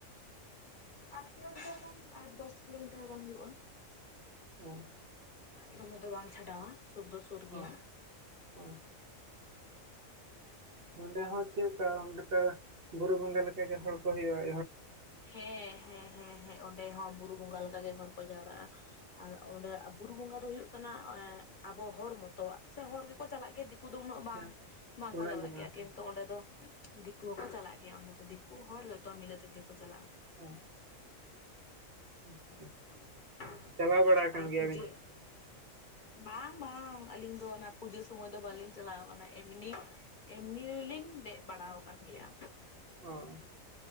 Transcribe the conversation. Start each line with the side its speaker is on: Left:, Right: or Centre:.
Left: ᱟᱴ ᱠᱤᱞᱳᱢᱤᱴᱟᱨ ᱜᱟᱱ ᱟᱴ ᱫᱚᱥ ᱠᱤᱞᱳᱢᱤᱴᱟᱨ ᱜᱟᱱ ᱦᱩᱭᱩᱜᱼᱟ᱾
Right: ᱚᱸ,
Left: ᱫᱚᱢᱮ ᱫᱚ ᱵᱟᱝ ᱪᱷᱟᱰᱟᱣᱟ, ᱥᱳᱨ ᱫᱚ ᱥᱳᱨ ᱜᱮᱭᱟ᱾
Right: ᱚ ᱚ ᱚᱸᱰᱮ ᱦᱚᱸ ᱪᱮᱫᱠᱟ ᱚᱱᱠᱟ ᱵᱩᱨᱩ ᱵᱚᱸᱜᱟ ᱞᱮᱠᱟᱜᱮ ᱦᱚᱲ ᱠᱚ ᱦᱳᱭᱳᱜᱼᱟ?
Left: ᱦᱮᱸ ᱦᱮᱸ ᱦᱮᱸ ᱦᱮᱸ ᱚᱸᱰᱮ ᱦᱚᱸ ᱵᱩᱨᱩ ᱵᱚᱸᱜᱟ ᱞᱮᱠᱟᱜᱮ ᱦᱚᱲ ᱠᱚ ᱡᱟᱣᱨᱟᱜᱼᱟ᱾ ᱟᱨ ᱚᱸᱰᱮ ᱟ ᱵᱩᱨᱩ ᱵᱚᱸᱜᱟ ᱫᱚ ᱦᱩᱭᱩᱜ ᱠᱟᱱᱟ ᱮᱸᱜ ᱟᱵᱚ ᱦᱚᱲ ᱢᱚ ᱛᱚᱣᱟᱜ ᱥᱮ ᱦᱚᱲ ᱜᱮᱠᱚ ᱪᱟᱞᱟᱜ ᱜᱮᱭᱟ ᱫᱤᱠᱩ ᱫᱚ ᱩᱱᱟᱹᱜ ᱵᱟᱝ᱾
Right: ᱦᱮᱸ
Left: ᱵᱟᱝᱠᱚ
Right: ᱩᱱᱟᱹᱜ
Left: ᱪᱟᱞᱟᱜ
Right: ᱫᱚ ᱵᱟᱝ
Left: ᱜᱮᱭᱟ,
Right: ᱦᱮᱸ
Left: ᱠᱤᱱᱛᱩ ᱚᱸᱰᱮ ᱫᱚ ᱫᱤᱠᱩ ᱦᱚᱸᱠᱚ ᱪᱟᱞᱟᱜ ᱜᱮᱭᱟ ᱚᱱᱟᱸᱰᱮ ᱫᱚ ᱫᱤᱠᱩ ᱦᱚᱲ ᱡᱚᱛᱚ ᱢᱤᱞᱟᱹ ᱛᱮ ᱜᱮ ᱠᱚ ᱪᱟᱞᱟᱜᱼᱟ᱾
Right: ᱚ ᱟᱪᱪᱷᱟ
Left: <inaudible>
Right: ᱪᱟᱞᱟᱣ ᱵᱟᱲᱟ ᱟᱠᱟᱱ
Left: ᱟᱨ ᱯᱩᱡᱟ
Right: ᱜᱮᱭᱟᱵᱤᱱ ᱡᱟᱹᱱᱤᱡ ᱠᱷᱟᱱ?
Left: ᱵᱟᱝ ᱵᱟᱝ ᱟᱹᱞᱤᱧ ᱫᱚ ᱚᱱᱟ ᱯᱩᱡᱟᱹ ᱥᱚᱢᱚᱭ ᱫᱚ ᱵᱟᱹᱞᱤᱧ ᱪᱟᱞᱟᱣ ᱠᱟᱱᱟ᱾ ᱮᱢᱱᱤ ᱮᱢᱱᱤᱨᱤᱞᱤᱧ ᱫᱮᱜ ᱵᱟᱲᱟᱣ ᱟᱠᱟᱱ ᱜᱮᱭᱟ᱾
Right: ᱚᱸ‌᱾